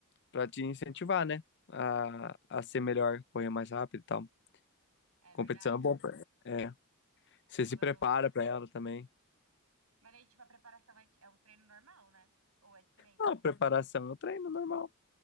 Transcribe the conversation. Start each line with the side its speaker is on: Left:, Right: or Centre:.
Left: pra te incentivar, né? A, a ser melhor, correr mais rápido e tal.
Right: É
Left: Competição
Right: verdade.
Left: é bom pra, é, você
Right: Eu
Left: se
Right: vou.
Left: prepara pra ela também.
Right: Mas aí, tipo, a preparação é, é um treino normal, né? Ou é diferente
Left: Ah, preparação é o treino normal.